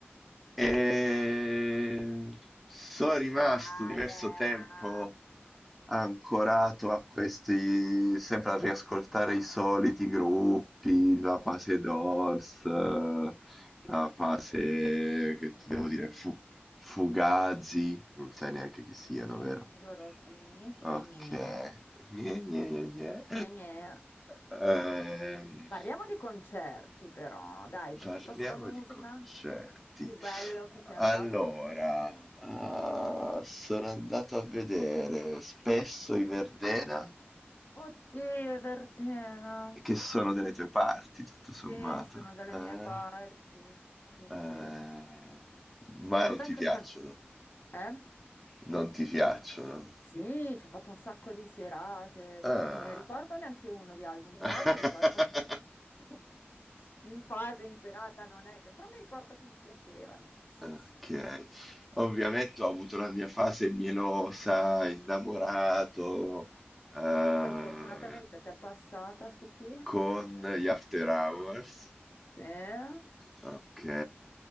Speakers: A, in the centre; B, on the left.
A: E... Sono rimasto
B: Ah,
A: diverso
B: eh,
A: tempo
B: ma...
A: ancorato a questi, sempre a riascoltare i soliti gruppi, la fase Doors, eh, la fase
B: Sì,
A: che ti devo
B: dai.
A: dire, Fu- Fugazi, non sai neanche chi siano,
B: Sì,
A: vero?
B: loro sì.
A: Ok,
B: Gne, gne, gne.
A: Gne, gne, gne, gne.
B: Gne, gne.
A: Ehm,
B: Parliamo di concerti, però, dai, con
A: parliamo
B: tutta sta musica.
A: di concerti.
B: Più bello che sei
A: Allora,
B: andato, più brutto.
A: ah, sono andato a vedere spesso i Verdena
B: Oddio, è Verdena.
A: E che sono delle tue parti, tutto
B: Sì,
A: sommato.
B: sono dalle
A: Eh?
B: mie parti. Sì,
A: Eh,
B: sì.
A: ma
B: Cos'è
A: non ti
B: che...
A: piacciono.
B: can- Eh?
A: Non ti piacciono.
B: Sì, ci ho fatto un sacco di serate. Adesso
A: Ah.
B: non me ne ricordo neanche uno di album,
A: <laughs>
B: però mi ricordo che... <laughs> Perché in fase, in serata non è che... Però mi ricordo che mi piacevano. Sì, sì,
A: Ok.
B: sì. sì.
A: Ovviamente ho avuto la mia fase mielosa, innamorato, eh,
B: Poi fortunatamente ti è passata su chi? Sì,
A: con gli After Hours.
B: ce
A: Ok.